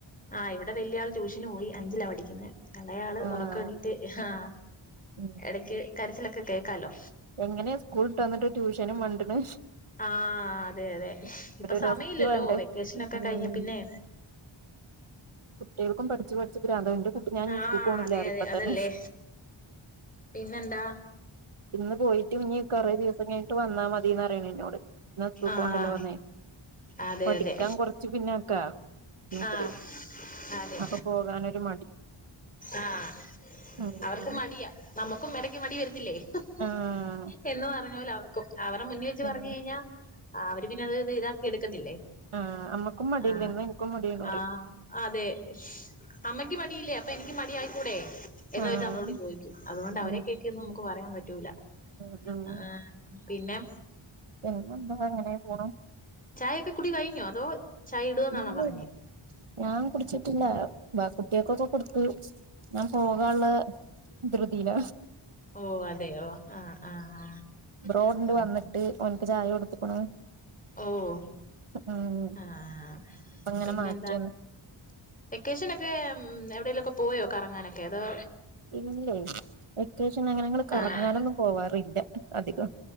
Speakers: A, on the left (about 15°); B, on the right (about 80°).
A: ആ ഇവിടെ വലിയ ആള് ട്യൂഷന് പോയി അഞ്ചിലാ പഠിക്കുന്നേ, ഇളയാള്
B: ആഹ്
A: ഉറക്ക എണീട്ട് ആഹാ
B: ഉം
A: എടയ്ക്ക് കരച്ചിലൊക്കെ കേൾക്കാലോ
B: എങ്ങനെയാ സ്കൂള്ട്ട് വന്നിട്ട് ട്യൂഷനും മണ്ട്ണ.
A: ആഹ് അതേ അതേ ഇപ്പോ
B: റെസ്റ്റ്
A: സമയില്ലല്ലോ
B: വേണ്ടേ
A: വെക്കേഷനൊക്കെ
B: ഉം
A: കഴിഞ് പിന്നെ
B: കുട്ടികൾക്കും പഠിച്ച് പഠിച്ച് പ്രാന്താവും ഇന്റെ കുട്ടി ഞാൻ ഇനി
A: ആഹ്
B: സ്കൂള്പോണില്ല
A: അതെ
B: പറയും
A: അതെ
B: ഇപ്പ
A: അതല്ലേ
B: തന്നെ
A: പിന്നെന്താ
B: ഇന്ന് പോയിട്ട് ഇനി കൊറെ ദിവസം കഴിഞ്ഞിട്ട് വന്നാ മതിന്ന് പറണ് എന്നോട് ന്ന സ്കൂൾക്ക്
A: ആഹ്
B: പോവൻണ്ടല്ലോന്ന്
A: അതെ
B: പഠിക്കാൻ
A: അതെ
B: കൊറച്ച് പിന്നെക്കാ മൂപ്പര്
A: ആഹ് അതെ
B: അപ്പോ പോകാനൊരു മടി
A: ആഹ്
B: ഉം
A: അവർക്കും മടിയാ നമ്മുക്കും ഇടക്ക് മടി വരുത്തില്ലേ ഉം
B: ആഹ്
A: എന്ന പറഞ്ഞപോല അവർക്കും അവരെ മുന്നേ വെച്ച്
B: ഉം
A: പറഞ്ഞു കഴിഞ്ഞാ അവര് പിന്നെത് ഇത് ഇതാ ക്കി എടുക്കത്തില്ലേ
B: ആ അമ്മക്കും മടിഎന്നെന്ന്
A: ആഹ്
B: എന്നാ ഇനിക്കും മടിയാന്ന് പറയും
A: ആഹ് അതെ സ് അമ്മക്ക് മടിയില്ലേ അപ്പ എനിക്ക് മടി ആയിക്കൂടെ എന്ന്
B: ആഹ്
A: വെച്ച് നമ്മളോട് ചോദിക്കും അതുകൊണ്ട് അവരെ
B: ഉം
A: കേക്കെയൊന്നും നമുക്ക് പറയാൻ പറ്റൂല
B: ഉം ഉം
A: ആഹ് പിന്നേ
B: പിന്നെന്താ അങ്ങനെ പോണു
A: ചായയൊക്കെ കുടി കഴിഞ്ഞോ അതോ? ചായ ഇടുവെന്നാണോ
B: ഇല്ല
A: പറഞ്ഞേ
B: ഞാൻ കുടിച്ചിട്ടില്ല ബ കുട്ടികൾക്കൊക്കെ കൊടുത്ത്‌ ഞാൻ പോകാള്ള ധ്ര്യതിയില
A: ഓ അതെയോ ആഹ് ആഹ്
B: ബ്രോണ്ട്
A: ആഹ്
B: വന്നി ട്ട് ഒൻക്ക് ചായ കൊടുത്ത്ക്കണ്
A: ഓഹ്
B: ഉം
A: ആഹ്
B: അപ്പ അങ്ങനെ
A: പിന്നെന്താണ്
B: മാറ്റണ്
A: വെക്കേഷനൊക്കെ ഉം എവിടെലുമൊക്കെ പോയോ കറങ്ങാനൊക്കെ അതോ
B: ഇല്ലേ വെക്കേഷന് അങ്ങനെഞ്ഞള് കറങ്ങാനൊന്നും
A: ആഹ്
B: പോവാറില്ല അധികം